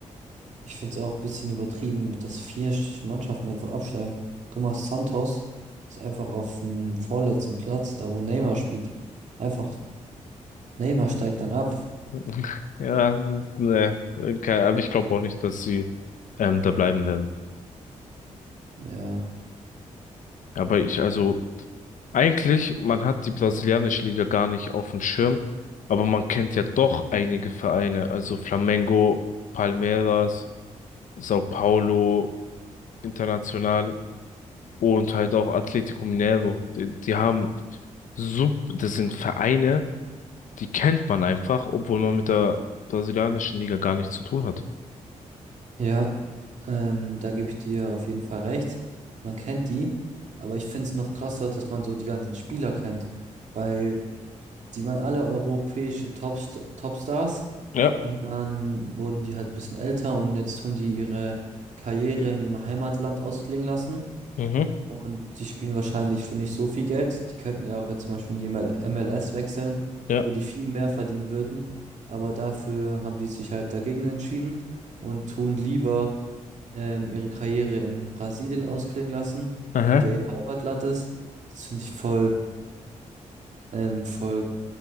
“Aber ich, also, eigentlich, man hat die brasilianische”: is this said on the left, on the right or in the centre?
Left